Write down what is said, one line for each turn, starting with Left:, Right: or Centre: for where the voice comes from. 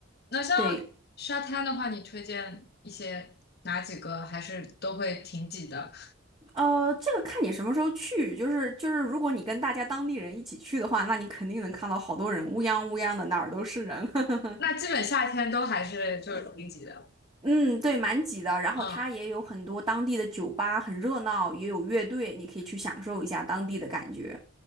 Left: 那像沙滩的话，
Right: 对，
Left: 你推荐一些哪几个？还是都会挺挤的？
Right: 呃，这个看你什么时候去，就是就是，如果你跟大家当地人一起去的话，那你肯定能看到好多人，乌泱乌泱的，哪儿都是人。<laughs>
Left: 那基本夏天都还是就是挺挤的。
Right: 嗯，对，蛮挤的。然后它也有很多当地的酒吧，
Left: 嗯。
Right: 很热闹，也有乐队，你可以去享受一下当地的感觉。